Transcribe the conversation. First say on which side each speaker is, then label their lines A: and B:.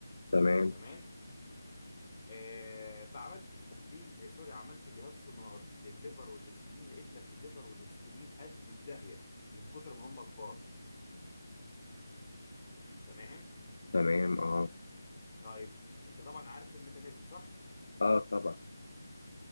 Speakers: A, on the left; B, on the left.
A: تمام
B: تمام آه بعملت تحليل آه سوري عملت جهاز سونار للليفر والسبلين لقيت لك الليفر والسبلين قد الداهيه من كتر ما هم كبار تمام
A: تمام اه
B: طيب انت طبعا عارف الميكانيزم صح
A: اه طبعا